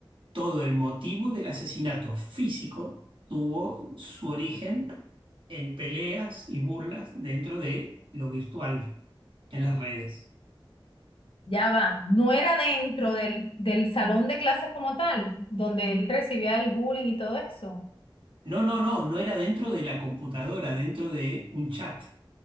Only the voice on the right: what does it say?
todo el motivo del asesinato físico tuvo su origen en peleas y burlas dentro de lo virtual, en las redes.
No, no, no, no era dentro de la computadora, dentro de un chat.